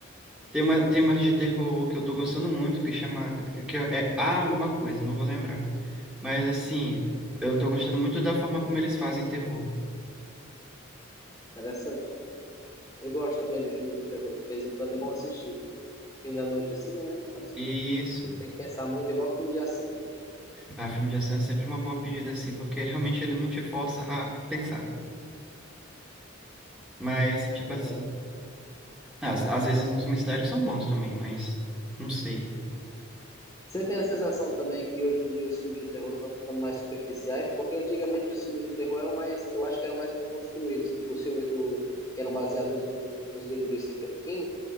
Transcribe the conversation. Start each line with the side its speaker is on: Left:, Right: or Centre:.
Centre: Tem uma, tem umas de terror que eu tô gostando muito, que chama, que é Há Alguma Coisa, não vou lembrar. Mas assim, eu tô gostando muito da forma como eles fazem terror.
Left: Interessante. Eu gosto também de filme de terror. De vez em quando é bom assistir. Fim da noite assim, né? Você
Centre: Isso.
Left: não tem que pensar muito, igual filme de ação.
Centre: Ah, filme de ação é sempre uma boa pedida, assim, porque <laughs> realmente ele não te força a pensar. Mas, tipo
Left: É verdade.
Centre: assim, às, às vezes os mistérios são bons também, mas não sei.
Left: Você tem a sensação também que hoje em dia os filmes de terror estão ficando mais superficiais? Porque antigamente os filmes de terror eram mais, eu acho que eram mais bem construídos. Tipo, os filmes do, que eram baseados nos livros, nos livros do Stephen King,